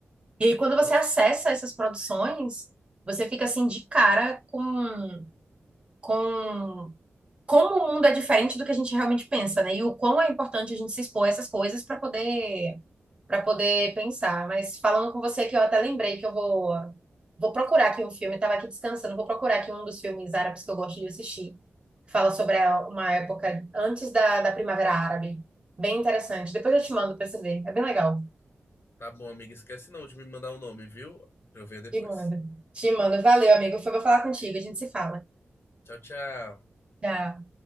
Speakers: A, on the right (about 25°); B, on the left (about 60°).
A: E aí, quando
B: nossa.
A: você acessa essas produções, você fica assim de cara com com como o mundo é diferente do que a gente realmente pensa, né? E o quão é importante a gente se expor a essas coisas para poder para poder pensar. Mas falando com você que eu até lembrei que eu vou vou procurar aqui um filme, estava aqui descansando, vou procurar aqui um dos filmes árabes que eu gosto de assistir. Fala sobre a- uma época antes da, da Primavera Árabe. Bem interessante. Depois eu te mando para você ver. É bem legal.
B: Tá bom, amiga. Esquece não de me mandar o nome, viu? Pra eu ver depois.
A: Te mando. Te mando. Valeu, amigo. Foi bom falar contigo. A gente se fala.
B: Tchau, tchau.
A: Tchau.